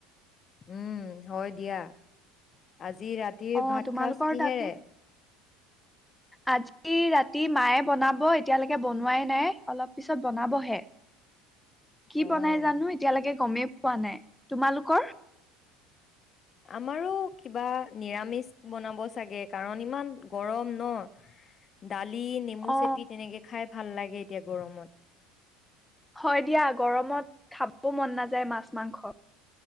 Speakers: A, on the left; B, in the centre.
A: উম, হয় দিয়া। আজি আজি ৰাতিৰ
B: অ
A: ভাতসাঁজ
B: তোমালোকৰ
A: কিহেৰে?
B: তাতো আজি ৰাতি মায়ে বনাব, এতিয়ালৈকে বনোৱাই নাই, অলপ পিছত বনাবহে। কি
A: অ'
B: বনাই জানো এতিয়ালেকে গমেই পোৱা নাই। তোমালোকৰ
A: আমাৰো কিবা নিৰামিষ বনাব চাগে, কাৰণ ইমান গৰম ন। দালি নেমু
B: অ
A: চেপি তেনেকৈ খায় ভাল লাগে এতিয়া গৰমত।
B: হয় দিয়া গৰমত খাবও মন নাযায় মাছ মাংস।